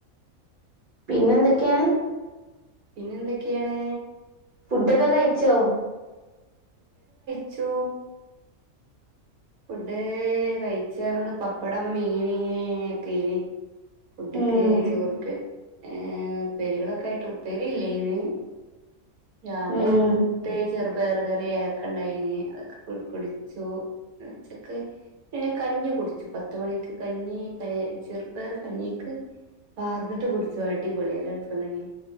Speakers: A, on the right; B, on the right.
A: പിന്നെന്തൊക്കെയാണ്
B: പിന്നെ എന്തൊക്കെയാണ്
A: ഫുഡൊക്കെ കഴിച്ചോ
B: ച്ചു ഫുഡ് കഴിച്ചിർന്ന് പപ്പടം മീന് ഒക്കെ ഇനി ഫുഡ്ക്ക്
A: ഉം
B: ചോറ്ക്ക് ഏ ഉപ്പേരികളൊക്കെ ആയിട്ട് ഉപ്പേരി ഇല്ലേന്ന് രാവിലെ
A: ഉം
B: മുട്ടെ ചെറുപയർ കറിയൊക്കെണ്ടായിന് അതൊക്കെ കു കുടിച്ചു ഉച്ചക്ക് പിന്നെ കഞ്ഞി കുടിച്ചു പത്ത് മണിക്ക് കഞ്ഞി പയ ചെറുപ്പയർ കഞ്ഞിക്ക് പാർന്നിട്ട് കുടിച്ചു അടിപൊളി എല്ലാം എടുത്തു